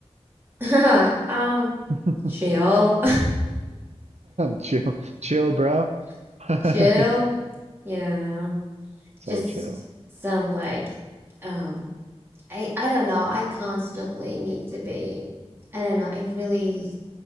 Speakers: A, on the right; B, on the right.
A: <laughs> Um,
B: <laughs>
A: chill,
B: Chill, chill, bro.
A: <laughs>
B: <laughs>
A: chill. Yeah,
B: So
A: just
B: chill.
A: some like, um I I don't know. I constantly need to be. I don't know. I really